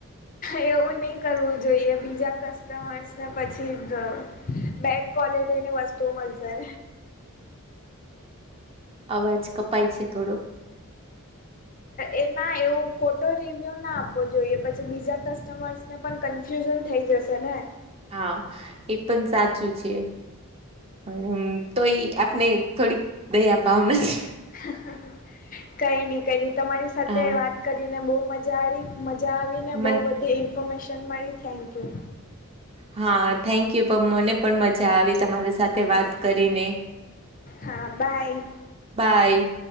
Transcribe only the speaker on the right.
અવાજ કપાય છે થોડોક
હા એ પણ સાચું છે પણ તો એ આપને થોડીક દયા ભાવ નથી
હા
મન
હા થેન્ક યુ પણ મને પણ મજા આવી તમારી સાથે વાત
કરીને
બાય